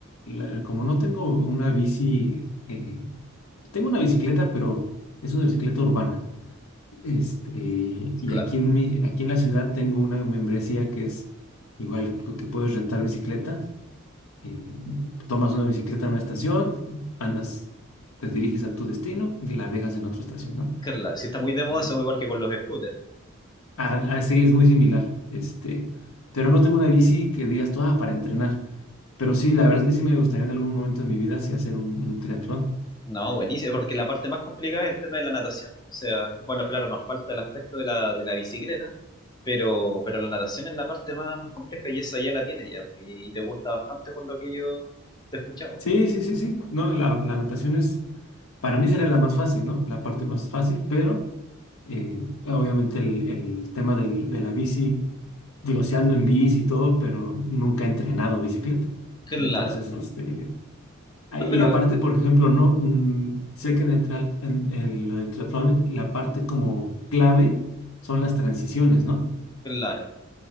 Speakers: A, on the left; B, on the left.
A: la- como no tengo una bici, eh, Tengo una bicicleta, pero es una bicicleta urbana. Este,
B: Y
A: y
B: Claro,
A: aquí en mi, aquí en la ciudad tengo una membresía que es igual pu- que puedes rentar bicicletas. eh, tomas una bicicleta en una estación, andas, te diriges a tu destino y la dejas en otra estación, ¿no?
B: claro, si está muy de moda,
A: Eh,
B: eso igual que con los scooters.
A: a- así es muy similar. Este, pero no tengo una bici que digas tú, "Ah, para entrenar. Pero sí, la verdad es que sí me gustaría en algún momento de mi vida sí hacer un, un triatlón.
B: No, buenísimo, porque la parte más complicada es el tema de la natación. O sea, bueno, claro, nos falta el aspecto de la, de la bicicleta, pero, pero la natación es la parte más, más compleja y esa ya la tienes ya. Y, y te gusta bastante por lo que yo te he escuchado.
A: Sí, sí, sí, sí. No, la, la natación es. Para mí sería la más fácil, ¿no? La parte más fácil, pero eh, obviamente el, el tema del- de la bici, digo, si ando en bici y todo, pero nunca he entrenado bicicleta.
B: Claro.
A: Entonces, este, ay,
B: No, pero
A: y aparte, por ejemplo, no, mm, sé que en el, tral- en el, el triatlón la parte como clave son las transiciones, ¿no?
B: claro.